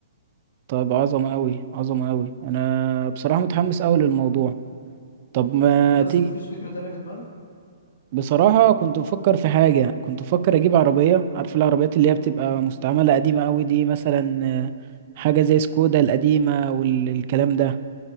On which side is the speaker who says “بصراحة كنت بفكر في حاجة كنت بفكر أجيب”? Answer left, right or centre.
Right